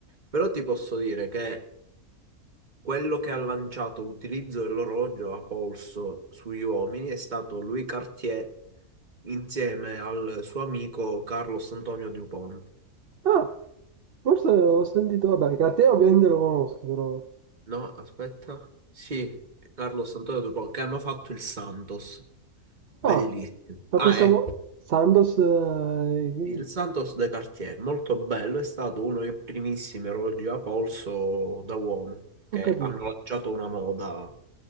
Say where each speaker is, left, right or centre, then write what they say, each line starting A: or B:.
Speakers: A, on the right (about 35°); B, on the right (about 55°).
A: Però ti posso dire che quello che ha lanciato l'utilizzo dell'orologio a polso sugli uomini è stato Louis Cartier insieme al suo amico Carlos Antonio Dupont.
B: Ah, forse l'ho sentito, vabbè, cartiere ovviamente lo conosco, però...
A: No, aspetta. Sì, Carlos Antonio Dupont, che hanno fatto il Santos. Bellissimo.
B: Ah, ma
A: Ah,
B: questo...
A: ecco.
B: mo- Sandoz... eh,
A: Il Santos de Cartier, molto bello, è stato uno dei primissimi orologi a polso da uomo, che
B: ho capito.
A: hanno lanciato una moda.